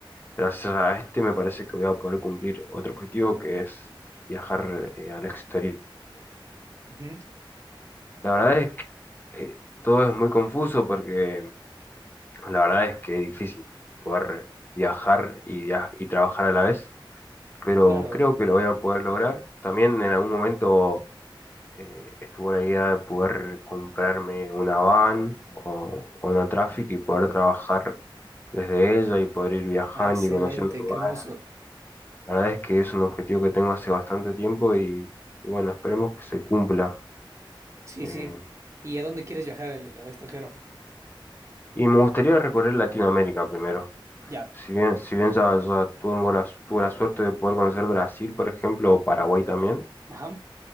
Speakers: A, on the left; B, on the right.
A: gracias a este me parece que voy a poder cumplir otro objetivo que es viajar eh, al exterior.
B: ujú.
A: La verdad es que eh, todo es muy confuso porque la verdad es que es difícil poder viajar y, via- y trabajar a la vez, pero
B: Claro,
A: creo que lo voy a poder lograr. También en algún momento eh, estuvo la idea de poder comprarme una van o, o una Traffic y poder trabajar desde ella y poder ir viajando
B: Ah, excelente,
A: y conociendo lugares.
B: qué hermoso.
A: La verdad es que es un objetivo que tengo hace bastante tiempo y, y bueno, esperemos que se cumpla.
B: Sí,
A: Eh,
B: sí. ¿Y a dónde quieres viajar al, al extranjero?
A: y me gustaría recorrer Latinoamérica primero.
B: Ya,
A: Si bien, si bien ya, ya tengo la, tuve la suerte de poder conocer Brasil, por ejemplo, o Paraguay también,
B: ajá.